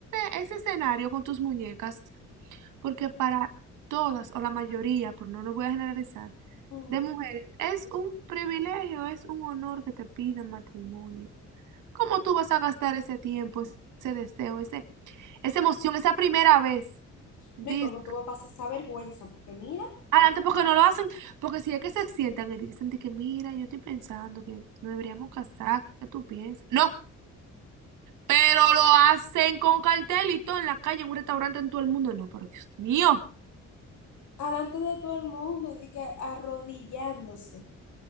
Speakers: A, on the right (about 85°); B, on the left (about 75°).
A: ese, ese escenario con tus muñecas. Porque para todas o la mayoría, por no lo voy a generalizar,
B: No, ujú.
A: de mujeres es un privilegio, es un honor que te pidan matrimonio. ¿Cómo tú vas a gastar ese tiempo, ese deseo, ese, esa emoción, esa primera vez? Dice,
B: No, y como tú vas a pasar esa vergüenza, porque mira,
A: adelante
B: ah,
A: porque no lo hacen, porque si es que se sientan y dicen de que mira, yo estoy pensando que no deberíamos casar, ¿qué tú piensas? No, pero lo hacen con cartelito en la calle, en un restaurante, en todo el mundo. No, pero Dios mío.
B: alante de todo el mundo y di que arrodillándose.